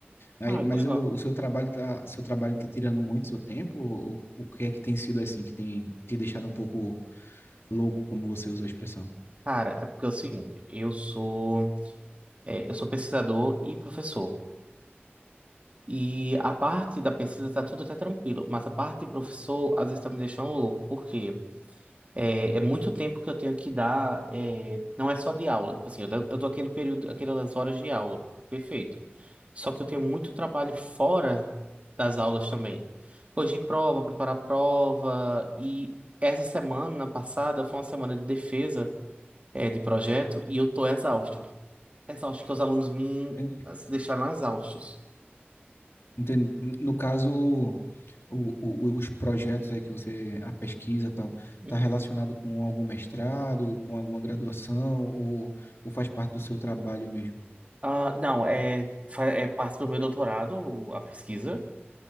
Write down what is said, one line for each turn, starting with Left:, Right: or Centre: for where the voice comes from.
Left: Aí,
Right: Ah,
Left: mas
Right: que legal.
Left: o, o seu trabalho tá, seu trabalho tá tirando muito seu tempo? Ou, ou, o que é que tem sido assim que tem te deixado um pouco louco, como você usou a expressão?
Right: Cara, é porque é o seguinte, eu sou, é, eu sou pesquisador e professor. E a parte da pesquisa tá tudo até tranquilo, mas a parte de professor às vezes tá me deixando louco, porque é, é muito tempo que eu tenho que dar, é, não é só de aula, tipo assim, eu, dou- eu dou aquele período, aquelas horas de aula, perfeito. Só que eu tenho muito trabalho fora das aulas também. Corrigir prova, preparar prova, e essa semana passada foi uma semana de defesa, é, de projeto, e eu tô exausto. Exausto, que os alunos me
Left: Entendi.
Right: assim, deixaram exaustos.
Left: Entendi. No caso. o- o- os projetos aí que você, a pesquisa e tal,
Right: Uhum.
Left: está relacionado com algum mestrado, com alguma graduação, ou, ou faz parte do seu trabalho mesmo?
Right: Ah, não, é, fa- é parte do meu doutorado, o- a pesquisa,